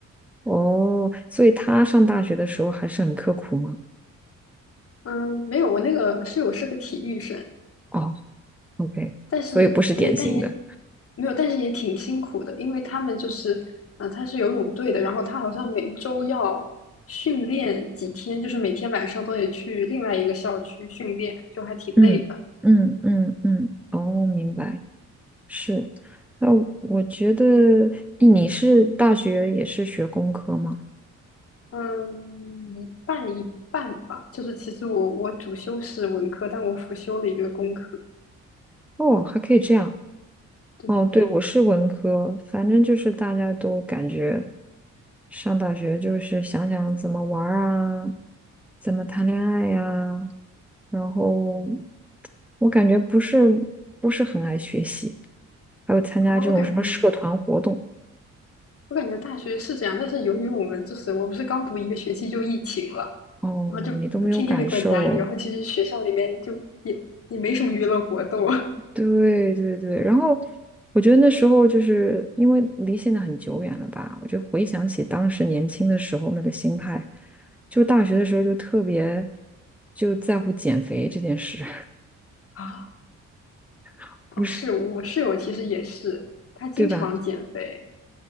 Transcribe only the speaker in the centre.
哦，所以他上大学的时候还是很刻苦吗？
哦，OK，
所以不是典型的，
嗯嗯嗯嗯，哦，明白，是，那我觉得，咦你是大学也是学工科吗？
哦，还可以这样。
哦，对，我是文科，反正就是大家都感觉上大学就是想想怎么玩儿啊，怎么谈恋爱呀、然后我感觉不是不是很爱学习，还有参加这种什么社团活动。
哦，
你都没有感受，
对对对，然后我觉得那时候就是因为离现在很久远了吧，我就回想起当时年轻的时候那个心态，就大学的时候就特别就在乎减肥这件事，
<laughs>
不是，
对吧？